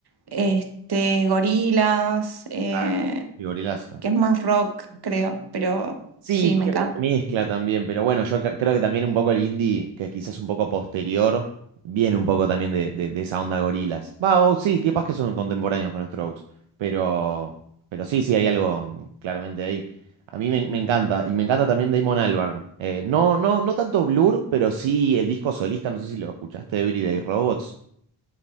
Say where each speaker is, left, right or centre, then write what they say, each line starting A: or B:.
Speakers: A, on the right; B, on the right.
A: este, Gorilas, eh,
B: Claro. Y Gorillaz.
A: que es más rock, creo, pero
B: Sí,
A: sí,
B: tiene
A: me encanta.
B: como una mezcla también, pero bueno, yo ca- creo que también un poco el indie, que quizás un poco posterior, viene un poco también de, de- de esa onda Gorillaz. Va, o sí, capaz que son contemporáneos con Strokes, pero, pero sí, sí, hay algo claramente ahí. A mí me, me encanta, y me encanta también Damon Albarn. Eh, no, no, no tanto Blur, pero sí el disco solista, no sé si lo escuchaste, Everyday Robots.